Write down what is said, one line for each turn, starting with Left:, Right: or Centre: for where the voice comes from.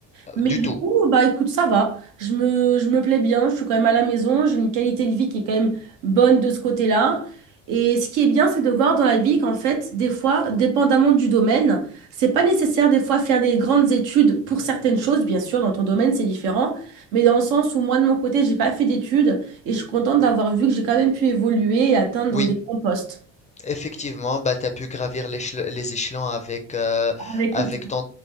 Left: euh,
Right: Mais
Left: Du
Right: du
Left: tout.
Right: coup, bah écoute, ça va. Je me, je me plais bien, je suis quand même à la maison, j'ai une qualité de vie qui est quand même bonne de ce côté-là. Et ce qui est bien, c'est de voir dans la vie qu'en fait, des fois, dépendamment du domaine, c'est pas nécessaire des fois faire des grandes études pour certaines choses, bien sûr, dans ton domaine, c'est différent, mais dans le sens où moi, de mon côté, j'ai pas fait d'études et je suis contente d'avoir vu que j'ai quand même pu évoluer et atteindre
Left: Oui.
Right: des bons postes.
Left: Effectivement, bah, tu as pu gravir l'échel- les échelons avec, euh,
Right: Avec le
Left: avec
Right: temps,
Left: ton,